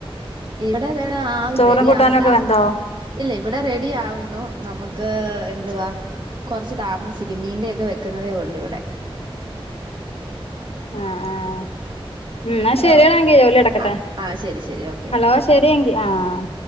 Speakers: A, on the right (about 50°); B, on the left (about 80°).
A: <unintelligible>
B: ചോറും കൂട്ടാനൊക്കെ വെന്തോ
A: ഇല്ല ഇവിടെ റെഡി ആവുന്നു നമുക്ക് എന്തുവാ കൊറച്ച് താമസിക്കും മീന്റെ യൊക്കെ വെക്കുന്നതേ ഉള്ളു ഇവിടെ
B: ആഹ് ആഹ് എന്നാ
A: ഹലോ
B: ശരിയടാങ്കി ജോലി നടക്കട്ടെ
A: ആഹ് ആഹ് ശരി ശരി ഓക്കെ
B: ഹലോ
A: ഓക്കെ
B: ശരി എങ്കി ആഹ്